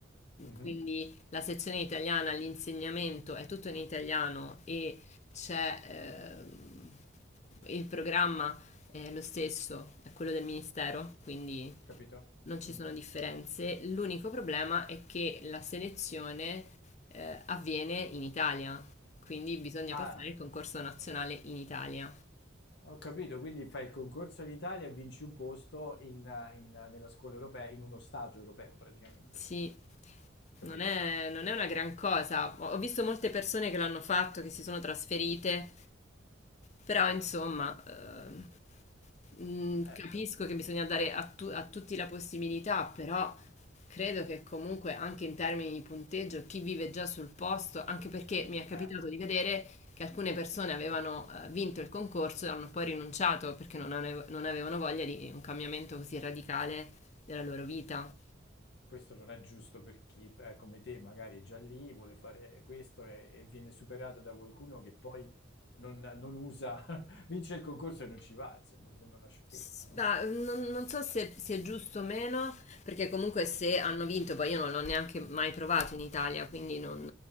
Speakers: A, on the left; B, on the left.
A: mhm,
B: quindi la sezione italiana, l'insegnamento è tutto in italiano e c'è ehm, il programma è lo stesso, è quello del ministero, quindi
A: capito?
B: non ci
A: Mm.
B: sono differenze. L'unico problema è che la selezione eh, avviene in Italia, quindi bisogna
A: Ah,
B: passare il concorso nazionale in Italia.
A: ho capito, quindi fai il concorso in Italia e vinci un posto in, eh, in, eh, nella scuola europea, in uno stato europeo praticamente,
B: Sì,
A: capito?
B: non è, non è una gran cosa. Ho ho visto molte persone che l'hanno fatto, che si sono trasferite, però insomma, eh, Mm,
A: Eh,
B: capisco
A: insomma,
B: che bisogna dare a, tu- a tutti la possibilità, però credo che comunque anche in termini di punteggio, chi vive già sul posto, anche perché mi è capitato
A: eh.
B: di vedere che alcune persone avevano eh, vinto il concorso e hanno poi rinunciato perché non, ave- non avevano voglia di un cambiamento così radicale della loro vita.
A: Eh, questo non è giusto per chi, eh, come te, magari è già lì, vuole fare questo e, e viene superato da qualcuno che poi non, non usa, <laughs> vince il concorso e non ci va, insomma, mi sembra una sciocchezza,
B: S-
A: no?
B: bah, non, non so se, se è giusto o meno, perché comunque se hanno vinto, poi io non l'ho neanche mai provato in Italia, quindi non,